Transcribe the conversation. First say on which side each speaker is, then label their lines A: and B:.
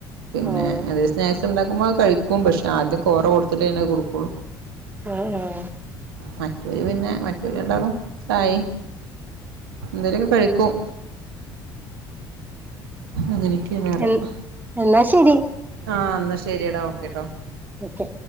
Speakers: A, on the right (about 80°); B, on the right (about 15°).
A: പിന്നെ
B: ഓഹ്
A: എന്തലും സ്നക്സ് ഇണ്ടാക്കുമ്പോൾഅധ് കഴിക്കും പക്ഷെ ആദ്യം കോറ കൊടുത്തിട്ട് പിന്നെ കൊടുക്കു
B: ആഹ് ആഹ്
A: മറ്റോല് പിന്നെ മറ്റോല് രണ്ടളും ചായയും എന്തോലൊക്കെ കഴിക്കും അങ്ങനക്കെയണ് പറയാ
B: എൻ എന്നാ ശരി
A: ആഹ് എന്ന ശരിയടാ ഓക്കെ ട്ടോ
B: ഓക്കെ